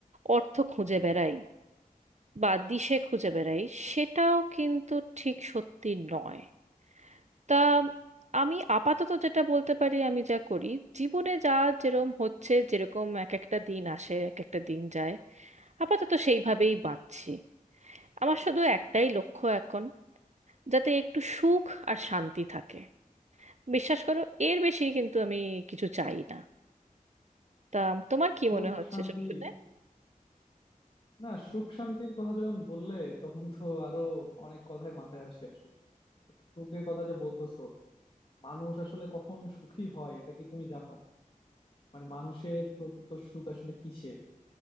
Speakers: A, on the right; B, on the left.
A: অর্থ খুঁজে বেড়াই বা দিশে খুঁজে বেড়াই সেটাও কিন্তু ঠিক সত্যি নয় তা আমি আপাতত যেটা বলতে পারি আমি যা করি জীবনে যা যেরম হচ্ছে যেরকম এক একটা দিন আসে এক একটা দিন যায় আপাতত সেইভাবেই বাঁচছি আমার শুধু একটাই লক্ষ্য এখন যাতে একটু সুখ আর শান্তি থাকে বিশ্বাস করো এর বেশি কিন্তু আমি কিছু চাই না তা তোমার কি
B: সুখ
A: মনে হচ্ছে
B: শান্তি
A: সব শুনে
B: না সুখ শান্তির কথা যখন বললে তখন তো আরো অনেক কথাই মাথায় আসে আসলে সুখের কথা যে বলতেছো মানুষ আসলে কখন সুখী হয় এটা কি তুমি জানো মানে মানুষের প্রকৃত সুখ আসলে কিসে